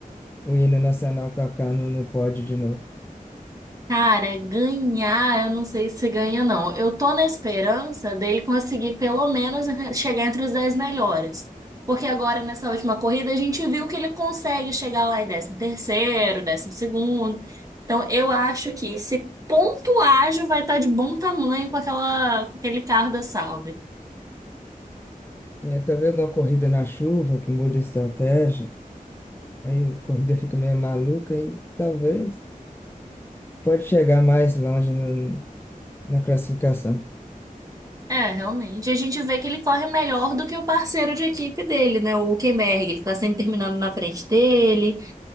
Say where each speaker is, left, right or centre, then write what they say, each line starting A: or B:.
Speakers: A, on the left (about 15°); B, on the right (about 25°).
A: o hino nacional tocar no, no pódio de novo.
B: cara, ganhar, eu não sei se ganha, não. Eu tô na esperança dele conseguir pelo menos chegar entre os 10 melhores. Porque agora, nessa última corrida, a gente viu que ele consegue chegar lá em décimo terceiro, décimo segundo. Então, eu acho que esse ponto vai estar de bom tamanho com aquela, com aquele carro da Sauber.
A: E aí, talvez alguma corrida na chuva que muda a estratégia. Aí a corrida fica meio maluca e talvez pode chegar mais longe no- na classificação.
B: É, realmente. A gente vê que ele corre melhor do que o parceiro de equipe dele, né? O Hülkenberg. Ele tá sempre terminando na frente dele.